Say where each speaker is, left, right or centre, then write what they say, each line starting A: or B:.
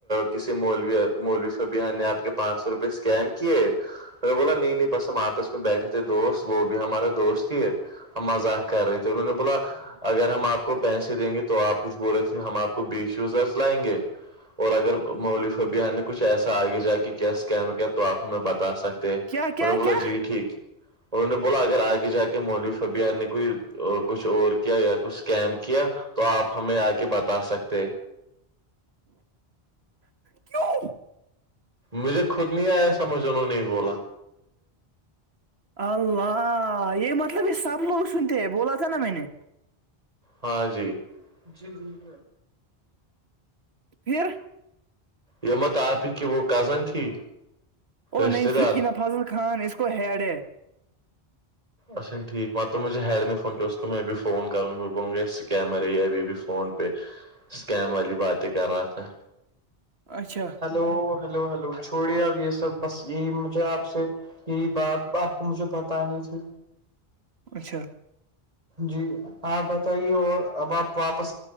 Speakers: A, on the right; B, on the right.
A: کسی می مولوی فبیہ نے آپ کے پانچ سو روپئے اسکیم کیے مے بولا نہیں نہیں بس ہم آپس میں بیٹھے تھے دوست وہ بھی ہمارے دوست ہیے مذاق کر رہے تھے انہوں نے بولا اگر ہم آپ کو پیسے دیں گے تو آپ کچھ بولے تھے ہم آپ کو بیسیوزرز لائیں گے اور اگر مولف اب نے کچھ ایسا آگے جا کے کیا کیا کیا تو آپ ہمیں بتا سکتے
B: کیا کیا
A: میں نے بولا
B: کیا
A: جی ٹھیک انہوں نے بولا اگر آگے جا کے مولوی صاحب نے کوئی کچھ اور کیا یا کچھ کیم کیا تو آپ ہمیں آ کے بتا سکتے
B: کیوں
A: مجھے خود نہیں آیا سمجھ انہوں نے بولا
B: اللہ یہ مطلب یہ سب لوگ سنتے ہیں بولا تھا نا میں نے
A: ہاں جی ج جی ج
B: پھر
A: یہمت آپ ہی کی وہ کزن تھی
B: ا
A: رشتے
B: نہیں سکین
A: دار
B: فاضل خان اس کو ہیڈ ہے
A: اچھا ٹھیک مطلب مجھ ہیئڈ نہیں فون اس کو میں بھی فون کرونگا میں بولوگا یہ سکیمر ابھی بھی فون پہ اسکیم والی باتیں کر رہا تھا
B: اچھا
A: ہیلو ہیلو ہیلو چھوڑیا ابس بس یہی مجھے آپ سے یہی بات آپ کو مجھے بتانی تھی
B: اچھا
A: جی ہاں بتائیے اور اب آپ واپس